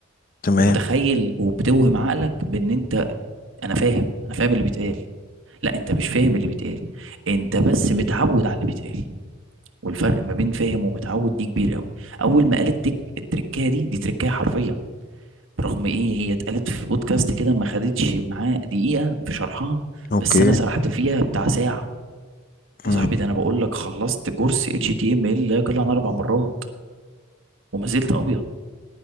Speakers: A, on the left; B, on the right.
A: تمام
B: ومتخيل وبتوهم عقلك بان انت انا فاهم انا فاهم اللي بيتقال لا انت مش فاهم اللي بيتقال انت بس متعود على اللي بيتقال والفرق ما بين فاهم ومتعود دي كبير قوي اول ما قال التك التركية دي دي تركية حرفيا برغم ايه هي اتقالت في بودكاست كده ما خدتش معاه دقيقة في شرحها
A: اوكي
B: بس انا سرحت فيها بتاع ساعة
A: امم
B: يا صاحبي ده انا بقول لك خلصت كورس اتش تي ام ال لا يقل عن اربع مرات وما زلت ابيض